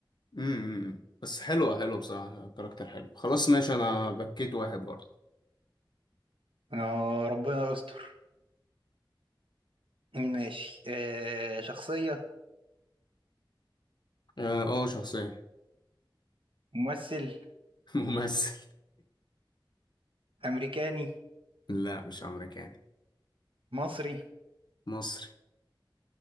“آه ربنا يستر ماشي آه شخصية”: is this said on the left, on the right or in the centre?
Right